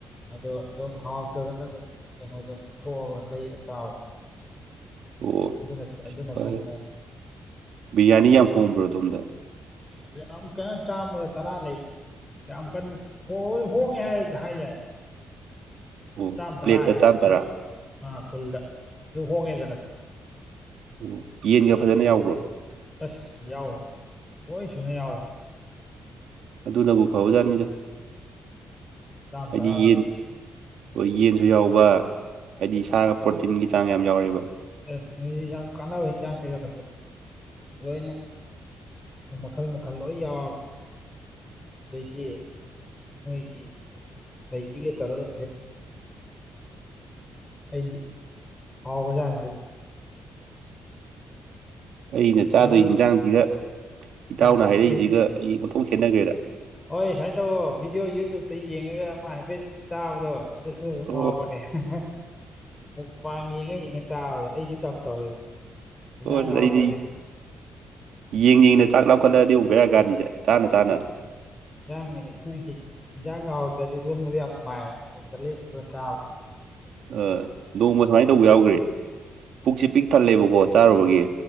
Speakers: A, on the left; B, on the right.
A: ꯑꯗꯣ ꯑꯗꯨꯝ ꯍꯥꯎꯇ꯭ꯔꯒꯅ ꯑꯗꯨꯝ ꯀꯩꯅꯣꯗꯝ ꯊꯣꯛꯑꯒ ꯂꯩꯔ ꯆꯥꯎ
B: ꯑꯣ
A: ꯑꯗꯨꯅ ꯑꯗꯨꯅ
B: ꯍꯣꯏ
A: ꯁꯝꯃꯦ
B: ꯕꯤꯔꯌꯥꯅꯤ ꯌꯥꯝ ꯍꯣꯡꯕ꯭ꯔꯣ ꯑꯗꯣꯝꯗ
A: ꯑꯁ ꯌꯥꯝ ꯀꯩꯅꯣ ꯆꯥꯝꯃꯒ ꯇꯔꯥ ꯂꯩꯗꯥ ꯌꯥꯝ ꯀꯟꯅ ꯍꯣꯏ ꯍꯣꯏ ꯍꯣꯡꯉꯦ ꯍꯥꯏ ꯍꯥꯏ ꯌꯥꯏ
B: ꯑꯣ
A: ꯆꯥꯝ ꯊꯔꯥ
B: ꯄ꯭ꯂꯦꯠꯇ
A: ꯍꯥꯏꯌꯦ
B: ꯆꯥꯝ
A: ꯑꯩꯈꯣꯏ
B: ꯇꯔꯥ
A: ꯐꯨꯜꯗ ꯑꯗꯨ ꯍꯣꯡꯉꯦꯗꯅ <unintelligible>
B: ꯑꯣ ꯌꯦꯟꯒ ꯐꯖꯅ ꯌꯥꯎꯕ꯭ꯔꯣ
A: ꯑꯁ ꯌꯥꯎꯖꯥꯠꯅꯤ ꯂꯣꯏ ꯁꯨꯅ ꯌꯥꯎꯋꯦ
B: ꯑꯗꯨꯅꯕꯨ ꯐꯥꯎꯖꯥꯠꯅꯤꯗ
A: ꯆꯥꯝꯃ
B: ꯍꯥꯏꯗꯤ
A: ꯇꯔꯥꯗꯅ
B: ꯌꯦꯟ
A: ꯑꯗꯨꯝ
B: ꯍꯣꯏ ꯌꯦꯟꯁꯨ ꯌꯥꯎꯕ ꯍꯥꯏꯗꯤ ꯁꯥꯔꯒ ꯄ꯭ꯔꯣꯇꯤꯟꯒꯤ ꯆꯥꯡ ꯌꯥꯝ ꯌꯥꯎꯔꯦꯕ
A: ꯑꯁ ꯃꯁꯤ ꯌꯥꯝ ꯀꯥꯟꯅꯕ ꯏꯟꯖꯥꯡꯅꯤꯗ ꯃꯁꯤ ꯂꯣꯏꯅ ꯑ ꯃꯈꯜ ꯃꯈꯜ ꯂꯣꯏ ꯌꯥꯎꯔꯕꯅꯤ ꯁꯤꯗ ꯑꯗꯒꯤ ꯃꯣꯏꯒꯤ ꯈꯣꯍꯤꯒ ꯇꯧꯔꯒ <inaudible> ꯍꯥꯎꯒꯔꯖꯠꯅꯤ ꯑꯗꯨꯝ꯫
B: ꯑꯁ ꯑꯩꯅ ꯆꯥꯗꯣꯏ
A: ꯐꯔꯕꯖꯥꯠꯅꯤ
B: ꯏꯟꯖꯥꯡꯁꯤꯒ ꯏꯇꯥꯎꯅ
A: ꯎꯝ
B: ꯍꯥꯏꯔꯛꯏꯁꯤꯒ
A: ꯑꯩꯁ
B: ꯑꯩ ꯑꯣꯟꯊꯣꯛ ꯈꯦꯠꯅꯈ꯭ꯔꯦꯗ꯫
A: ꯍꯣꯏ ꯁꯨꯃꯥꯏꯅ ꯇꯧꯋꯣ ꯚꯤꯗꯤꯑꯣ ꯌꯨꯇꯨꯕꯇ ꯌꯦꯡꯉꯒ ꯑꯃ ꯍꯥꯏꯐꯦꯠ ꯆꯥꯕꯗꯣ ꯑꯗꯨꯁꯨ ꯑꯗꯨ
B: ꯑꯣ
A: ꯍꯥꯎꯕꯅꯦ ꯍꯦ ꯍꯦ ꯃꯨꯛꯕꯥꯡ ꯌꯦꯡꯉ ꯌꯦꯡꯉ ꯆꯥꯕꯗꯣ ꯑꯩꯖꯨ ꯌꯥꯝ ꯇꯧꯋꯦꯕ꯫ ꯏꯟꯖꯥꯡꯒ
B: ꯑꯣ
A: ꯍꯥꯎꯇꯥꯔꯗꯤ
B: ꯑꯩꯗꯤ ꯌꯦꯡ ꯌꯦꯡꯅ ꯆꯥꯛ ꯂꯥꯝꯈꯠꯂꯗꯤ ꯕꯦꯔꯥꯀꯥꯟꯅꯤꯁꯦ ꯆꯥꯅ ꯆꯥꯅ
A: ꯏꯟꯖꯥꯡ <inaudible> ꯏꯟꯖꯥꯡꯒ ꯍꯥꯎꯇ꯭ꯔꯗꯤ ꯑꯗꯨꯒꯨꯝꯕꯗꯨ ꯌꯥꯝ ꯅꯨꯉꯥꯏꯌꯦꯕ ꯌꯦꯡ ꯌꯦꯡ ꯆꯥꯕꯀꯣ
B: ꯑ ꯅꯣꯡꯃ ꯁꯨꯃꯥꯏꯅ ꯇꯧꯕ ꯌꯥꯎꯈ꯭ꯔꯦ ꯄꯨꯛꯁꯦ ꯄꯤꯛ ꯊꯜꯂꯦꯕꯀꯣ ꯆꯥꯔꯨꯕꯒꯤ